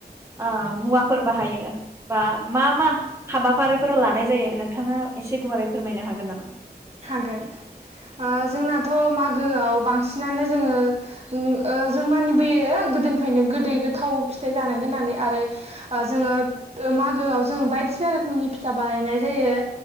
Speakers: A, on the right; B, on the right.
A: ओ मुवाफोर बाहायो बा मा मा हाबाफारिफोर लानाय जायो नोंथाङा एसे गुवारै फोरमायनो हागोन नामा।
B: हागोन ओ जोंनाथ' मागोआव बांसिनानो जोङो ओ जों माने बेयो गोदोनिफ्रायनो गोदै गोथाव फिथाइ जानांगोन होननानै आरो ओ जोङो मागोआव जोङो बायदिसिना रोखोमनि फिथा बानायनाय जायो।